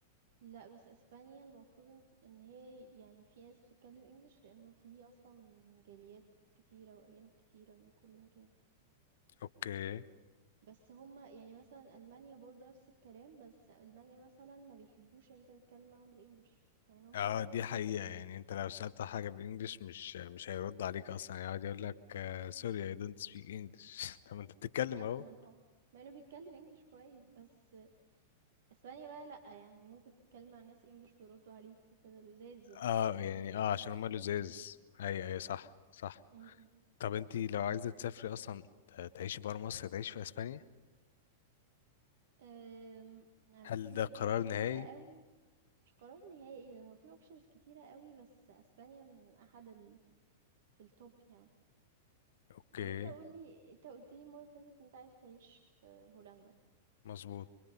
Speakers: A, on the right (about 60°); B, on the left (about 60°).
A: لا بس اسبانيا المفروض ان إن هي يعني في ناس بتتكلم انجلش لانه في اصلا جاليات كتيرة واجانب كتيرة من كل مكان
B: اوكي
A: بس هما يعني مثلا المانيا برضو نفس الكلام بس المانيا مثلا ما بيحبوش ان انت تتكلم معاهم بالانجلش مع ان هما
B: اه
A: بيعرفوا
B: دي
A: يتكلموا
B: حقيقه
A: انجلش
B: يعني انت لو سالت حاجه بالانجلش مش مش هيرد عليك اصلا يقعد يقول لك سوري اي دونت سبيك انجلش <laughs> طب ما انت بتتكلم
A: مثلا
B: اهو
A: اه مع انه بيتكلم انجلش كويس بس أسبانيا بقى لأ، يعني ممكن تتكلّمي مع الناس English ويردّوا عليكِ وكده، لُذاذ يعني.
B: اه يعني اه عشان هما لزاز
A: إمم.
B: ايوه ايوه صح صح
A: إمم، إمم.
B: طب انت لو عايزه تسافري اصلا ت- تعيشي بره مصر تعيشي في اسبانيا
A: آمم، آآ
B: هل
A: في
B: ده
A: options
B: قرار
A: كتيرة
B: نهائي
A: أوي، مش قرار نهائي، هو في options كتيرة أوي بس أسبانيا من أحد ال في الtop يعني.
B: اوكي
A: طَب أنت قُل لي أنت قُلت لي المرّة اللي فاتت إن أنت عايز تعيش في هولندا،
B: مظبوط